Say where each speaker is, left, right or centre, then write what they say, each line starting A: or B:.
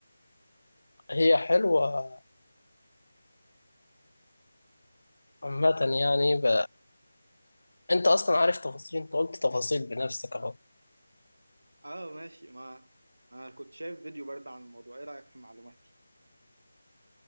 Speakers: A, on the left (about 80°); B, on the right (about 70°).
A: هي حلوة عامة يعني ب... أنت أصلا عارف تفاصيل أنت قلت تفاصيل بنفسك أهو
B: اه ماشي ما ما انا كنت شايف فيديو برضه عن الموضوع ايه رأيك في معلوماتي